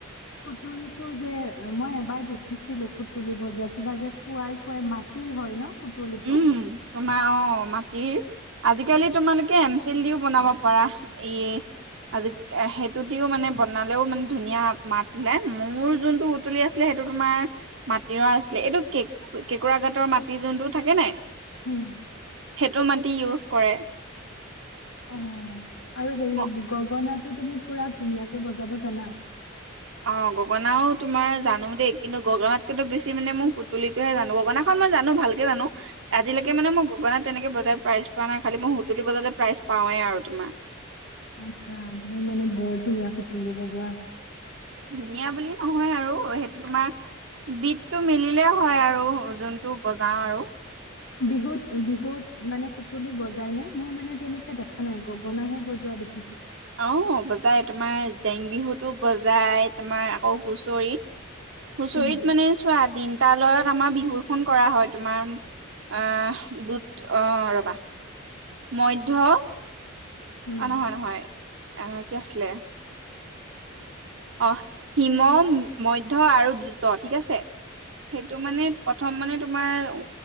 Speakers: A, on the left (about 85°); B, on the right (about 60°).
A: সুতুলি টো যে মই এবাৰ দেখিছিলো সুতুলি বজোৱা কিবা যে ফুৱাই ফুৱাই মাটিৰ হয় ন সুতুলিটো?
B: উম তোমাৰ অঁ মাটিৰ আজিকালি তোমালোকে এমচিল দিওঁ বনাব পাৰা ই আজি সেইটো দিও মানে বনালেও মানে ধুনীয়া মাত ওলাই মোৰ যোনটো সুতুলি আছিলে সেইটো তোমাৰ মাটিৰ আছিলে এইটো কে কেঁকোৰা ঘাটৰ মাটি যোনটো থাকে নাই
A: হম
B: সেইটো মাটি ইউজ কৰে
A: অঁ আৰু হেৰি
B: অ'
A: গগনা টো তুমি পুৰা ধুনীয়াকৈ বজাব জানা
B: অ গগনাও তোমাৰ জানো দেই কিন্তু গগনাতকেতো বেছি মানে মই সুতুলুলিটোহে জানো গগনাখনন মই জানো ভালকে জানো আজিলৈকে মই মানে গগনা তেনেকেই বজাৰ প্ৰাইজ পোৱা নাই খালি মই সুতুলি বজালে প্ৰাইজ পাওঁৱেই আৰু তোমাৰ
A: আচ্ছা তুমি মানে বৰ ধুনীয়া সুতুলি বজোৱা
B: ধুনীয়া বুলি নহয় আৰু সেইটো তোমাৰ বি টো মিলিলে হয় আৰু যোনটো বজাওঁ আৰু
A: বিহুত বিহুত মানে সুতুলি বজাই নে মই মানে তেনেকে দেখা নাই গগনাহে বজোৱা দেখি
B: আঁহ বজাই তোমাৰ জেং বিহুতো বজাই তোমাৰ আকৌ হুচৰিত হুঁচৰিত
A: উম
B: মানে চোৱা তিনিটালয়ত আমাৰ বিহুখন কৰা হয় তোমাৰ আঁহ দুটা আঁহ ৰবা মধ্য
A: উম
B: অঁ নহয় নহয় আঁহ কি আছিলে অঁ। হিম মধ্যে আৰু অঁ ঠিক আছে সেইটো মানে প্ৰথম মানে তোমাৰ উ